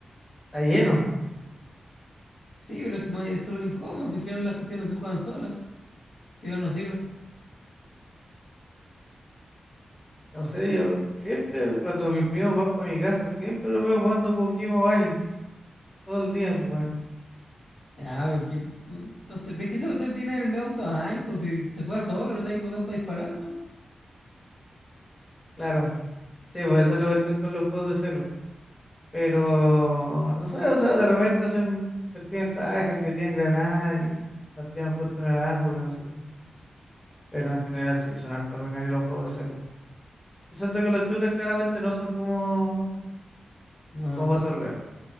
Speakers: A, on the left; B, on the left.
A: Está lleno.
B: Sí, pero es que más- es súper incómodo. Si al final las cuestiones se juegan solas. Si no, no sirven.
A: No sé, yo siempre, cuando mis primos van para mi casa, siempre los veo jugando PUBG Mobile. Todo el día, bueno.
B: Ah, ve que tú. Entonces, ve que ese botón tiene el medio auto. Ay, pues si se juega solo, ¿verdad? Y el botón para disparar, ¿no?
A: Claro. Sí, pues esa es la cuestión con los juegos de celu. Pero no sé, o sea, de repente hacen cuestiones tryhard que tienen granada y las tiran justo en el ángulo, no sé qué. Pero en general sí, son harto ordinarios los juegos de celu. Yo siento que los shooters claramente no son como,
B: No.
A: como para celular.